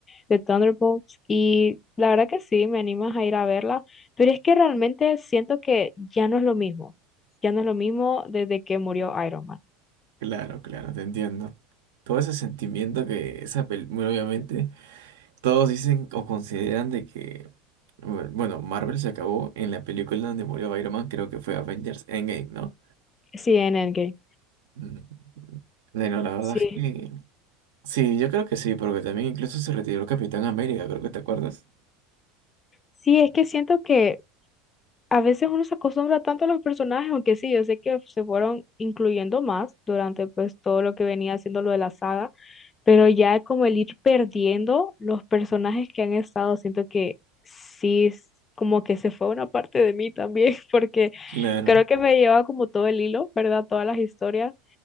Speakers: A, on the left; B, on the right.
A: de Thunderbolts y la verdad que sí, me animas a ir a verla, pero es que realmente siento que ya no es lo mismo, ya no es lo mismo desde que murió Iron Man.
B: Claro, claro, te entiendo. Todo ese sentimiento que esa película, obviamente, todos dicen o consideran de que, bueno, bueno, Marvel se acabó en la película donde murió Iron Man, creo que fue Avengers Endgame, ¿no?
A: Sí, en Endgame.
B: Mm. Bueno, la verdad
A: Sí.
B: es que Sí, yo creo que sí, porque también incluso se retiró Capitán América, creo que te acuerdas.
A: Sí, es que siento que a veces uno se acostumbra tanto a los personajes, aunque sí, yo sé que se fueron incluyendo más durante pues todo lo que venía haciendo lo de la saga, pero ya como el ir perdiendo los personajes que han estado, siento que sí, es como que se fue una parte de mí también, <laughs> porque
B: Claro,
A: creo que me lleva como todo el hilo, ¿verdad? Todas las historias